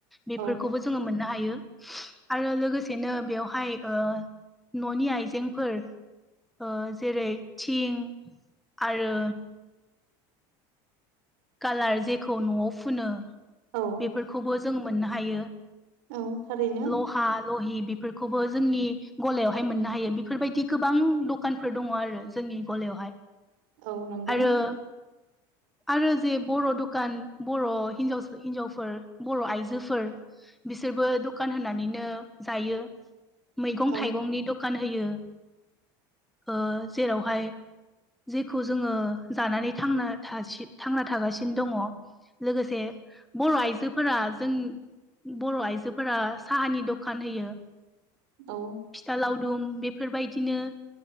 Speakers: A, in the centre; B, on the right.
A: बेफोरखौबो
B: औ
A: जों जोङो मोननो हायो उम आरो लोगोसेनो बेवहाय न'नि आइजेंफोर ओ जेरै थिं आरो खालार जेखौ न'आव फुनो
B: औ
A: बेफोरखौबो जों मोननो हायो
B: औ थारैनो
A: ल'हाल ल'हि बेफोरखौबो जोंनि गलायावहाय मोननो हायो बेफोरबादि गोबां दखानफोर दङ आरो जोंनि गलायावहाय
B: औ नोंगौ
A: आरो आरो जे बर' दुखान बर' हिनजाव हिनजावफोर बर' आइजोफोर बिसोरबो दुखान होनानैनो जायो मैगं
B: औ
A: थाइगंनि दखान होयो ओ जेरावहाय जेखौ जोङो जानानै थांना थासि थांना थागासिनो दङ लोगोसे बर'आइजोफोरा जों बर' आइजोफोरा साहानि दखान होयो
B: औ
A: फिथा लावदुम बेफोरबादिनो